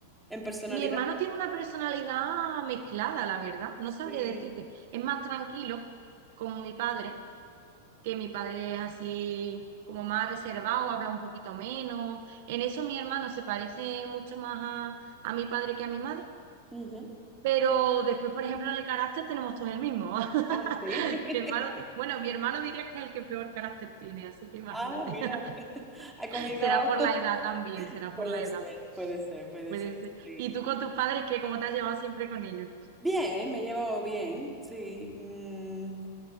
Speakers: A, in the centre; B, on the right.
A: En personalidad.
B: Mi hermano tiene una personalidad mezclada, la verdad. No
A: Sí.
B: sabría decirte. Es más tranquilo, como mi padre, que mi padre es así como más reservado, habla un poquito menos. En eso mi hermano se parece mucho más a a mi padre que a mi madre.
A: Ujú.
B: Pero después, por ejemplo, en el carácter tenemos todos el mismo. <laughs>
A: Ah, sí. <laughs>
B: Mi hermano, ti- bueno, mi hermano diría que es el que peor carácter tiene, así que imagínate.
A: Ah, mira.
B: <laughs>
A: Ha cogido.
B: Será por
A: <laughs>
B: la edad también, será
A: Puede
B: por la
A: ser,
B: edad.
A: puede ser, puede
B: Puede
A: ser.
B: ser.
A: Sí.
B: ¿Y tú con tus padres, qué? ¿Cómo te has llevado siempre con ellos?
A: Bien, ¿eh? Me he llevado bien. Sí. Mm,